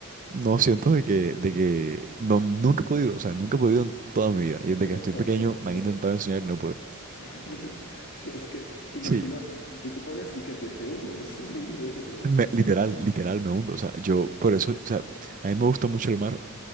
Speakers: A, on the right; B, on the left.
A: no siento de que, de que, no, nunca he podido, o sea, nunca he podido en toda mi vida, y desde
B: Pero,
A: que estoy
B: pero,
A: pequeño
B: pero,
A: me han
B: pero,
A: intentado enseñar y no puedo.
B: pero, pero- <laughs> es que me imagino,
A: Sí,
B: tú te pones y que te, te hundes. <laughs> Eh,
A: me- literal, literal me hundo, o sea, yo por eso, o sea, a mí me gusta mucho el mar,